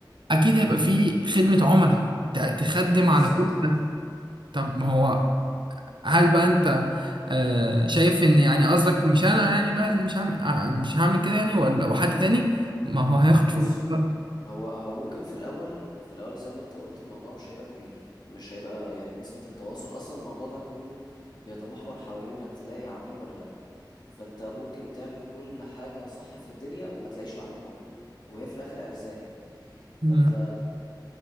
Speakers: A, on the right (about 85°); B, on the left (about 60°).
A: اكيد هيبقى في خدمه عملاء ت- تخدم
B: بالظبط
A: على كل
B: كده
A: ده طب ما هو هل بقى انت آه، شايف ان يعني قصدك مش انا يعني بقى اللي مش هعمل آه، مش هعمل كده يعني ولا وحد تاني ما هو هياخد
B: بص
A: فلوس بقى
B: هو هو ممكن في الاول في الاول زي ما انت قلت الموضوع مش هيبقى كبير مش هيبقى يعني نسبة التواصل اصلا الموضوع ده كله بيتمحور حوالين انك تلاقي عميل ولا لا فانت ممكن تعمل كل حاجة صح في الدنيا وما تلاقيش العميل برضه وهي في الاخر ارزاق يعني فانت
A: مم.